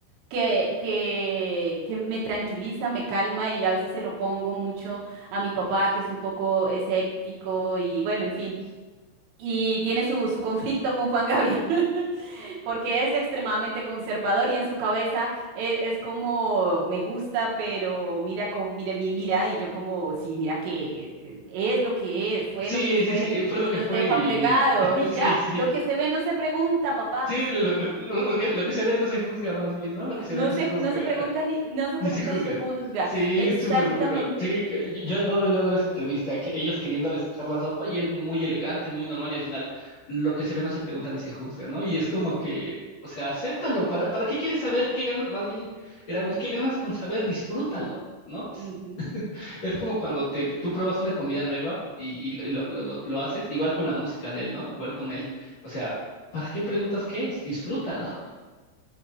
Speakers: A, on the right (about 75°); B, on the left (about 55°).
A: que, que, que me tranquiliza, me calma y a veces se lo pongo mucho a mi papá, que es un poco escéptico y bueno, en fin. Y tiene su, su conflicto con Juan Gabriel, <laughs> porque es extremadamente conservador y en su cabeza e- es, como me gusta, pero mira, co- mira, mi- mira, y yo como, sí, mira que eh, es lo que es, fue
B: Sí,
A: lo que fue
B: sí, sí, eh, fue lo
A: y
B: que
A: nos
B: fue
A: deja
B: y
A: un legado
B: <laughs>
A: y
B: sí,
A: ya,
B: sí, sí,
A: lo que se ve no se pregunta, papá,
B: sí, lo, lo- lo- lo- lo que, lo que se ve no se juzga más bien, ¿no? Lo que se
A: no
B: ve no se
A: se,
B: juzga.
A: no se pregunta ni, no se
B: Ni
A: pregunta
B: se juzga.
A: ni se juzga,
B: Sí,
A: exactamente.
B: súper bueno. Sí, que- yo yo adoro, yo adoro esa entrevista, que ellos queriéndole sacar la sopa y él muy elegante, muy normal, y al final lo que se ve no se pregunta ni se juzga, ¿no? Y es como
A: Ni
B: que,
A: se-
B: o sea, acéptalo. ¿Para, para qué quieres saber qué ganas? Más bien, era un qué ganas con saber, disfrútalo, ¿no? Es,
A: Ujú.
B: es como cuando
A: Exacto.
B: te, tú pruebas una comida nueva y, y lo, lo, lo, lo haces, igual con la música de él, ¿no? Igual con él. O sea, ¿para qué preguntas qué es? Disfrútalo.